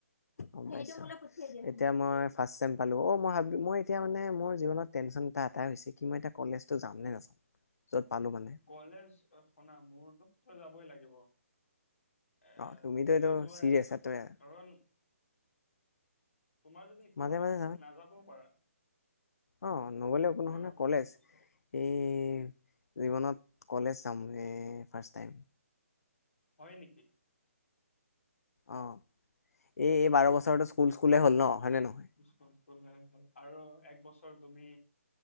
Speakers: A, on the left; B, on the left.
A: অ এইটো মুলে পঠিয়াই দিবা এতিয়া মই ফাষ্ট ছেম পালো অ মই ভাবিলোঁ মই এতিয়া মানে মোৰ জীৱনত টেনছন এটা কি মই এটা কলেজটো যাম নে নাযাম' পালো মানে
B: কলেজ শুনা মোৰটোত তই যাবই লাগিব এ
A: অ তুমিতো
B: তুমিও
A: এইটো
B: যোৱাই
A: চিৰিয়াছ এইটোৱে,
B: কাৰণ তোমাৰ যদি ইচ্ছা
A: মাজে মাজে
B: নাই নাযাবও পাৰা
A: অঁ নগ'লে একো
B: তোমাৰ
A: নহয় ন
B: ওপৰত
A: কলেজ
B: এইটো চব
A: এই জীৱনত কলেজ যাম ৰে ফাৰ্ষ্ট টাইম
B: হয় নেকি
A: অ এই এই বাৰ বছৰতে স্কুল স্কুলে হ'ল ন হয়নে নহয়
B: স্কুল স্কুল এ হল আৰু এক বছৰ চ তুমি